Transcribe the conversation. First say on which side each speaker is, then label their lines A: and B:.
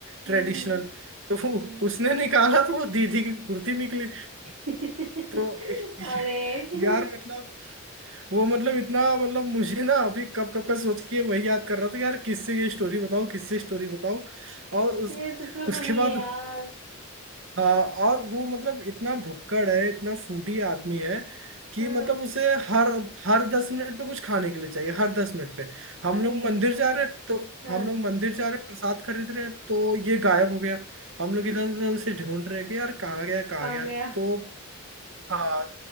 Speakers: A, on the right; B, on the right.
A: ट्रेडिशनल
B: हम्म हम्म
A: तो <laughs> वो-
B: हम्म
A: उसने निकाला तो वो दीदी की कुर्ती निकली
B: हम्म।
A: तो
B: <laughs>
A: <laughs>
B: अरे
A: यार मतलब वो मतलब इतना मतलब मुझे ना अभी कब कब का सोच के वही याद कर रहा था यार किससे ये स्टोरी बताओ किससे स्टोरी बताओ और उस
B: ये सच में फनी
A: उसके
B: है
A: बाद
B: यार
A: हाँ और वो मतलब इतना भुक्कड़ है इतना फूटी आदमी है कि
B: हाँ
A: मतलब उसे हर हर दस मिनट पे कुछ खाने के लिए चाहिए हर दस मिनट पे हम
B: अरे
A: लोग मंदिर
B: अच्छा
A: जा रहे हैं, तो
B: हाँ
A: हम लोग मंदिर जा रहे हैं, प्रसाद खरीद रहे हैं तो ये गायब हो गया हम लोग इधर उधर उसे ढूंढ रहे हैं कि यार कहाँ गया कहाँ
B: कहाँ
A: गया
B: गया
A: तो हाँ